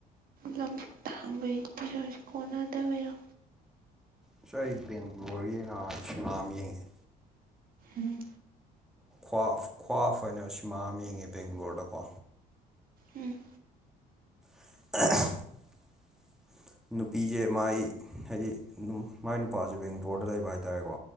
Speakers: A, on the right (about 60°); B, in the centre.
A: ꯂꯝ ꯇꯥꯡꯕꯒꯤ ꯄꯩꯁꯥ ꯀꯣꯟꯅꯗꯕꯩꯔꯣ꯫
B: ꯑꯁ ꯑꯩ ꯕꯦꯡꯒ꯭ꯂꯣꯔꯒꯤ ꯅꯍꯟ ꯁꯤꯅꯤꯃꯥ ꯑꯃ ꯌꯦꯡꯉꯤ꯫
A: ꯎꯝ
B: ꯭ꯋꯥ ꯈ꯭ꯋꯥꯐ ꯍꯥꯏꯅ ꯁꯤꯃꯥ ꯑꯃ ꯌꯦꯡꯉꯦ ꯕꯦꯡꯒ꯭ꯂꯣꯔꯗꯀꯣ
A: ꯎꯝ
B: <unintelligible> ꯅꯨꯄꯤꯁꯦ ꯃꯥꯏ ꯍꯥꯏꯗꯤ ꯑꯗꯨꯝ ꯃꯥꯏ ꯅꯨꯄꯥꯁꯦ ꯕꯦꯡꯒ꯭ꯂꯣꯔꯗ ꯂꯩꯕ ꯍꯥꯏꯇꯥꯥꯔꯦꯀꯣ